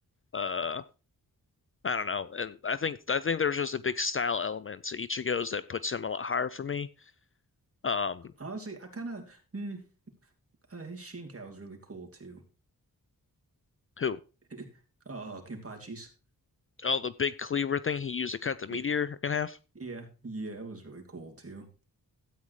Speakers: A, on the left (about 35°); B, on the right (about 40°).
A: Uh, I don't know, and I think I think there's just a big style element to Ichigo's that puts him a lot higher for me. Um,
B: honestly, I kind of mm, uh, his Shinkai was really cool too.
A: who?
B: <laughs> Uh, Kenpachi's.
A: Oh, the big cleaver thing he used to cut the meteor
B: Yeah,
A: in half.
B: yeah, yeah, it was really cool too.